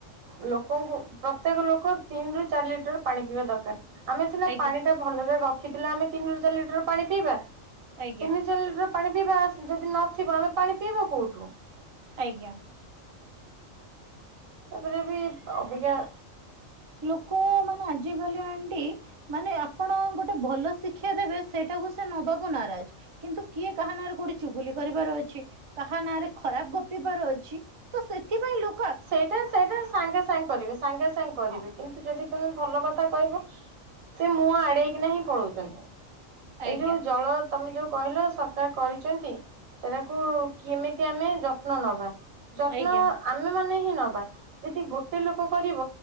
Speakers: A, on the right; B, on the right.
A: ଲୋକଙ୍କୁ ପ୍ରତ୍ୟେକ ଲୋକ ତିନି ରୁ ଚାରି ଲିଟର ପାଣି ପିଇବା ଦରକାର। ଆମେ ସିନା
B: ଆଜ୍ଞା
A: ପାଣି ଟା ଭଲରେ ରଖିଥିଲେ ଆମେ ତିନିରୁ ଚାରି ଲିଟର ପାଣି ପିଇବା।
B: ଆଜ୍ଞା
A: ତିନି ଚାରିଲିଟର ପାଣି ପିଇବା ଯଦି ନଥିବ ଆମେ ପାଣି ପିଇବା କୋଉଠୁ।
B: ଆଜ୍ଞା।
A: ତାପରେ ବି ଅବିକା।
B: ଲୋକ ମାନେ ଆଜିକାଲି ଆଣ୍ଟି। ମାନେ ଆପଣ ଗୋଟେ ଭଲ ଶିକ୍ଷା ଦେବେ ସେଇଟାକୁ ସେ ନବାକୁ ନାରାଜ। କିନ୍ତୁ କିଏ କାହା ନାରେ କୋଉଠି ଚୁଗୁଲି କରିବାର ଅଛି କାହା ନାଁ ରେ ଖରାପ ଗପିବାର ଅଛି ତ ସେଥିପାଇଁ ଲୋ
A: ସେଟା ସେଟା ସାଙ୍ଗେ ସାଙ୍ଗେ କରିବେ ସାଙ୍ଗେ ସାଙ୍ଗେ କରିବେ
B: ହଁ।
A: କିନ୍ତୁ ଯଦି ତମେ ଭଲ କ ତା କଇବ ସେ ମୁହଁ ଆଡ଼େଇକିନା ହିଁ ପଳଉଚନ୍ତି।
B: ଆଜ୍ଞା
A: ଏଇ ଯୋଉ ଜଳ ତମେ ଯୋଉ କହିଲ ସରକାର କରିଚନ୍ତି ସେଟାକୁ କେମିତି ଆମେ ଯତ୍ନ ନବା? ଯତ୍ନ
B: ଆଜ୍ଞା
A: ଆ ମାନେ ହିଁ ନବା। ଯେଦି ଗୋଟେ ଲୋକ କରିବ